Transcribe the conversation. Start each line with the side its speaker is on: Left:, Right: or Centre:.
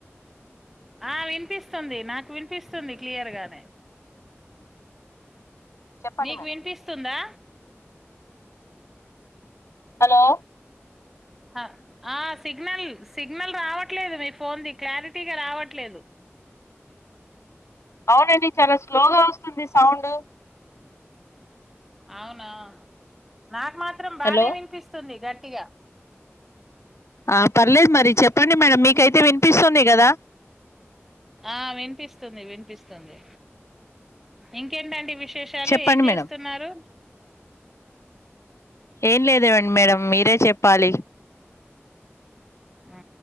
Centre: ఆ వినిపిస్తుంది నాకు వినిపిస్తుంది క్లియర్ గానే
Left: చెప్పండి
Centre: మీకు
Left: మేడం
Centre: వినిపిస్తుందా
Left: హలో
Centre: ఆ ఆ సిగ్నల్ సిగ్నల్ రావట్లేదు మీ ఫోన్ ది క్లారిటీగా రావట్లేదు
Left: అవునండి చాలా స్లో గా వస్తుంది సౌండ్
Centre: అవునా నాకు మాత్రం బానే
Left: హలో
Centre: వినిపిస్తుంది గట్ గట్టిగ
Left: ఆ పర్లేదు మరి చెప్పండి మేడం మీకైతే విన్ వినిపిస్తుంది కదా
Centre: ఆ వినిపిస్తుంది వినిపిస్తుంది ఇంకేంటండి విష్ విశేషాలు
Left: చెప్పండి
Centre: ఏం చేస్తున్నారు
Left: మేడం ఏం లేదు వండి మేడం మీరే చెప్పాలి
Centre: ఆ